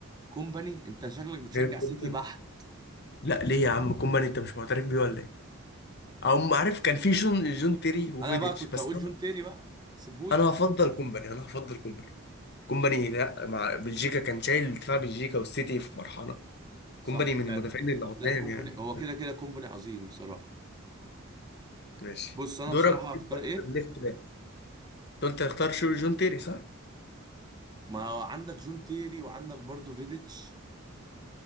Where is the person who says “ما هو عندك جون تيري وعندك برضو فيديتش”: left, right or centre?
Right